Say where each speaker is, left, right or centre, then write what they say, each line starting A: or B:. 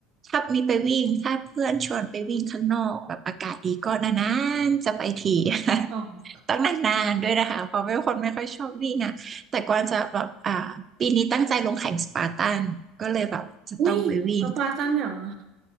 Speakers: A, on the right; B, on the right.
A: ถ้ามีไปวิ่งถ้าเพื่อนชวนไปวิ่งข้างนอกแบบอากาศดีก็นานๆจะไปที <laughs>
B: อ๋อ
A: ต้องนานๆด้วยนะคะเพราะเป็นคนไม่ค่อยชอบวิ่งอ่ะแต่กวางจะแบบอ่าปีนี้ตั้งใจลงแข่งสปาร์ตันก็เลยแบบจะต้องไปวิ่ง
B: อุ้ยพระปลาจ้างแบบ